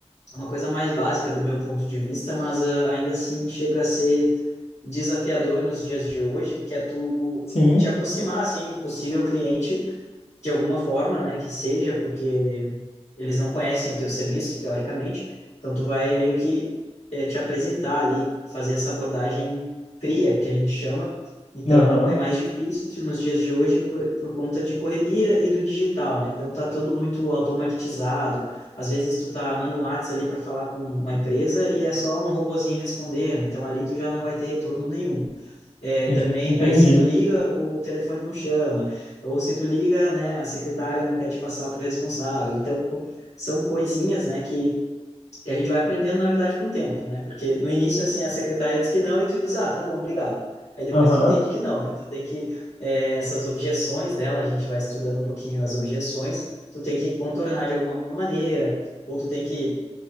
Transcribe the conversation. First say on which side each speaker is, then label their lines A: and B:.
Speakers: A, on the left (about 80°); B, on the left (about 65°).
A: uma coisa mais básica do meu ponto de vista, mas ah, ainda assim chega a ser desafiador nos dias de hoje, que é tu
B: sim.
A: te aproximar assim de um possível cliente de alguma forma, né, que seja, porque eles não conhecem o teu serviço, teoricamente, então tu vai meio que eh, te apresentar ali, fazer essa abordagem fria, que a gente chama, então
B: Aham,
A: é mais difícil nos dias de hoje por, por conta de correria e do digital, né, então tá tudo muito automatizado, às vezes tu tá, manda um WhatsApp ali para falar com uma empresa e é só um robozinho respondendo, então ali tu já não vai ter retorno nenhum. É,
B: isso,
A: também,
B: entendi.
A: aí se tu liga, o telefone não chama, ou se tu liga, né, a secretária não quer te passar para o responsável. Então, são coisinhas, né, que, que a gente vai aprendendo, na verdade, com o tempo, né? Porque no início, assim, a secretária diz que não e tu diz, ah, tá bom, obrigado. Aí depois
B: Aham,
A: tu entende que não, que tu tem que, é, essas objeções dela, a gente vai estudando um pouquinho as objeções, tu tem que contornar de alguma maneira, ou tu tem que,